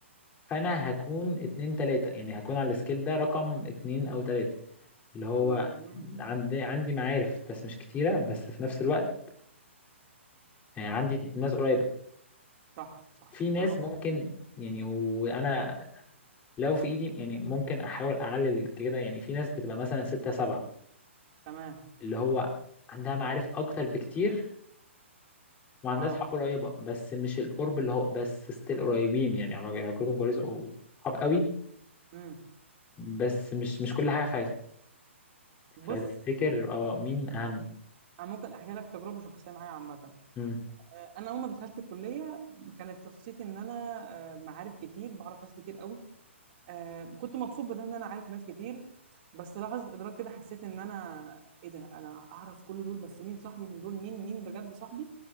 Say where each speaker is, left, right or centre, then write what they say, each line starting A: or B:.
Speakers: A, on the left; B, on the right.
A: فانا هكون اتنين تلاتة يعني هكون على السكيل ده رقم اتنين او تلاتة اللي هو
B: و... مم.
A: عندي عندي معارف بس مش كتيرة بس في نفس الوقت يعني عندي ناس قريبة
B: صح صح
A: في ناس
B: كلامك
A: ممكن
B: منطقي
A: يعني وانا لو في ايدي يعني ممكن احاول اعلل كده يعني في ناس بتبقى مثلا ستة سبعة
B: تمام
A: اللي هو عندها معارف اكتر بكتير وعندها
B: اه
A: اصحاب قريبة بس مش القرب اللي هو بس ستيل قريبين يعني علاق- علاقتهم كويسة وصحاب قوي
B: امم
A: بس مش مش كل حاجة في حياتهم
B: بص
A: فتفتكر اه مين اهم
B: انا ممكن احكي لك تجربة شخصية معايا عامة
A: مم.
B: انا اول ما دخلت الكليه كانت شخصيتي ان انا آه، معارف كتير بعرف ناس كتير قوي آه، كنت مبسوط بده ان انا عارف ناس كتير بس لحظه ادراك كده حسيت ان انا ايه ده انا اعرف كل دول بس مين صاحبي من دول مين مين بجد صاحبي